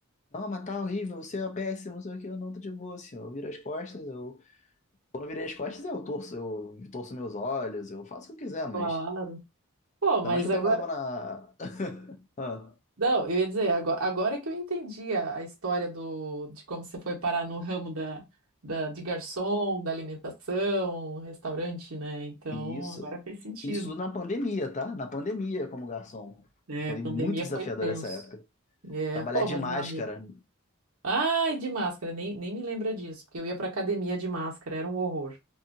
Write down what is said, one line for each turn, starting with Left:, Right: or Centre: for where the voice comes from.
Left: Não, mas tá horrível, você é péssimo, não sei o que, eu não tô de boa, assim. ó. Eu viro as costas, eu. Quando eu virei as costas, eu torço, eu torço meus olhos, eu faço o que eu quiser, mas.
Right: claro. Pô, mas
Left: Ainda mais que eu
Right: agora
Left: trabalhava na. <laughs> Ah,
Right: Não, eu ia dizer, agora, agora que eu entendi a, a história do, de como você foi parar no ramo da, da, de garçom, da alimentação, restaurante, né? Então,
Left: e isso.
Right: agora fez sentido.
Left: Isso na pandemia, tá? Na pandemia, como garçom.
Right: É,
Left: Foi
Right: pandemia
Left: muito desafiador
Right: foi tenso.
Left: essa época.
Right: É,
Left: Trabalhar
Right: pô,
Left: de
Right: mas
Left: máscara
Right: meu amigo. Ai, de máscara, nem, nem me lembra disso, porque eu ia pra academia de máscara, era um horror.